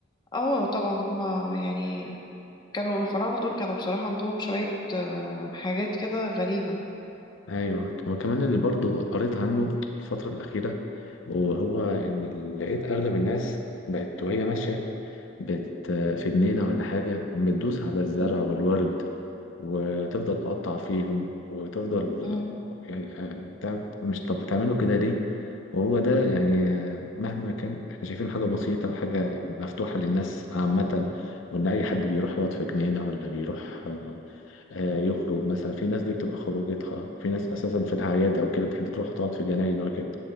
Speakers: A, on the left; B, on the left.
A: اه طبعا هما يعني كانوا الفراعنة دول كانوا بصراحة عندهم شوية آه، حاجات كده غريبة
B: أيوه وكمان اللي برضو قريت عنه الفترة الأخيرة وهو إن ال- لقيت أغلب الناس بقت وهي ماشية بت في جنينة ولا حاجة بتدوس على الزرع
A: مم.
B: والورد وتفضل تقطع فيهم وتفضل
A: مم.
B: آه، يعني بتاع- مش طب بتعملوا كده ليه؟ وهو ده يعني آه، مهما كان احنا شايفين حاجة بسيطة وحاجة مفتوحة للناس عامة وإن أي حد بيروح يقعد في جنينة ولا بيروح آه، آه، يخرج مثلا في ناس دي بتبقى خروجتها في ناس أساسا في الأعياد أو كده بتحب تروح تقعد في جناين وكده